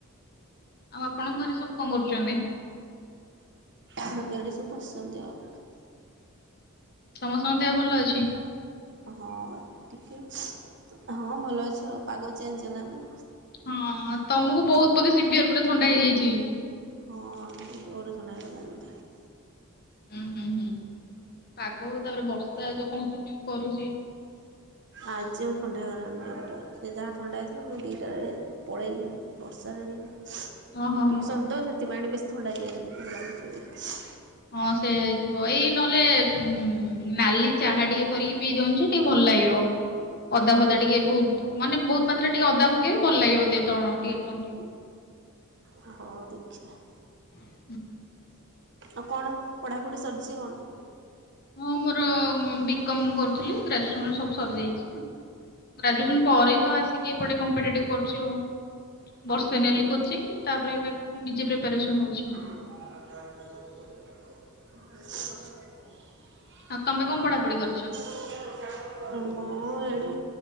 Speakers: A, on the left; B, on the right.
A: ଆଉ ଆପଣଙ୍କ ଘରେ ସବୁ କଁ କରୁଛନ୍ତି?
B: <unintelligible> ଏଠି ସବୁ ବସିଚନ୍ତି ଆଉ।
A: ସମସ୍ତଙ୍କ ଦେହ ଭଲ ଅଛି?
B: ହଁ ଟିକେ ହଁ ଭଲ ଅଛି, ଆଉ ପାଗ ଚେଞ୍ଜ ହେଲାନା।
A: ହଁ ତମକୁ ବହୁତ ବୋଧେ ସିଭିିୟର ପରେ ଥଣ୍ଡା ହେଇଯାଇଛି।
B: ହଁ ଜୋର ସନ୍ଦା ହେଇଗଲା।
A: ହୁଁ ହୁଁ ହୁଁ, ପାଗ ତାପରେ ବର୍ଷା ଯୋଉ କଣ୍ଟିନ୍ୟୁ କରୁଚି
B: ଆଜି ମୁଁ ଥଣ୍ଡା ହେଇଗଲାଣି ସେ ଯାହା ଥଣ୍ଡା ହେଇଥିଲା ମୁଁ ଦିଇଟାରେ ପଳେଇଲି ବର୍ଷାରେ ଟିକେ
A: ଓ ହଁ
B: ଟିସନ୍
A: ହଁ।
B: ତ ସେଥିପାଇଁ ଟିକେ ବେଶୀ ଥଣ୍ଡା ହେଇଯାଇଛି ମତେ ଲାଗୁଛି।
A: ହଁ ସେଇଆ ହେଇଥିବ, ଏଇ ନହେଲେ <unintelligible> ନାଲି ଚାହା ଟିକେ କରିକି ପିଇ ଦିଅନ୍ତୁ ଯେ ଟିକେ ଭଲ୍ ଲାଗିବ। ଅଦା ଫଦା ଟିକେ ବହୁତ ମାନେ ବହୁତ ମାତ୍ରାରେ ଟିକେ ଅଦା ପକେଇବେ ଭଲ ଲାଗିବ <unintelligible>
B: ହଁ ଦେଖିଆ
A: <unintelligible>
B: ଆଉ କଣ ପଢ଼ାପଢ଼ି ସରିଛି କଣ?
A: ହଁ ମୋର ବି-କ-ମ କରୁଥିଲି ଗ୍ରାଜୁଏସନରେ ସବୁ ସରିଯାଇଛି। ଗ୍ରାଜୁଏସନ ପରେ ହିଁ ତ ଆସିକି ଏପଟେ କମ୍ପିେଟିଭ୍ କରୁଛି ଆଉ। ବର୍ଷେ
B: ଓହୋ
A: ନେଲି କୋଚିଂ ତାପରେ ଏବେ ନିଜେ ପ୍ରିପାରେସନ ହଉଛି ଆଉ।
B: <unintelligible>
A: ଆଉ ତମେ କଣ ପଢ଼ାପଢ଼ି କରିଛ?
B: <unintelligible> ମୁଁ ଏଡେ